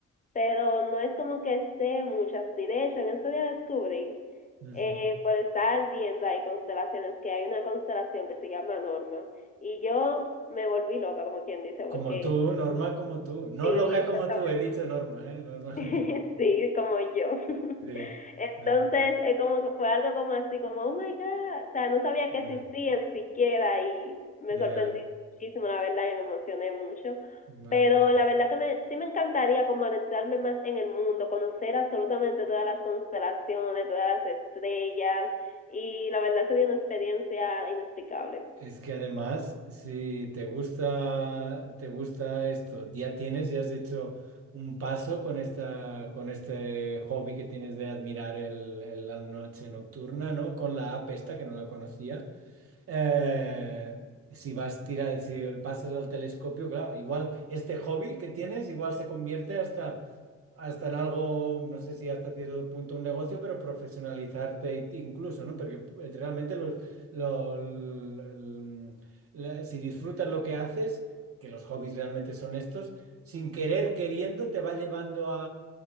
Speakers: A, on the left (about 25°); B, on the right (about 45°).
A: pero no es como que sé muchas así, de hecho, en este día descubrí
B: Ujú.
A: eh, por estar viendo ahí constelaciones, que hay una constelación que se llama Norma. Y yo me volví loca, como quien dice,
B: Como
A: porque
B: tú, Norma, como tú. No
A: sí,
B: loca
A: exactamente,
B: como tú, he dicho Norma, ¿eh? Norma.
A: <laughs>
B: <laughs>
A: sí, como yo. <laughs>
B: Sí.
A: Entonces,
B: No,
A: eh, como que fue algo como así, como, oh my God, o sea, no sabía que
B: ya,
A: existía ni siquiera y me
B: ya,
A: sorprendí muchísimo, la verdad, y me emocioné mucho.
B: vaya.
A: Pero la verdad que me, sí me encantaría como adentrarme más en el mundo, conocer absolutamente todas las constelaciones, todas las estrellas, y la verdad sería una experiencia inexplicable.
B: Es que además, si te gusta, te gusta esto, ya tienes, ya has hecho un paso con esta, con este hobby que tienes de admirar el, el- la noche nocturna, ¿no? Con la app esta, que no la conocía. Eh, si vas tirar, si pasas al telescopio, claro, igual este hobby que tienes, igual se convierte hasta hasta en algo, no sé si hasta cierto punto un negocio, pero profesionalizarte it- incluso, ¿no? Porque eh, realmente los, lo- el- la- si disfrutas lo que haces, que los hobbies realmente son estos, sin querer queriendo te va llevando a,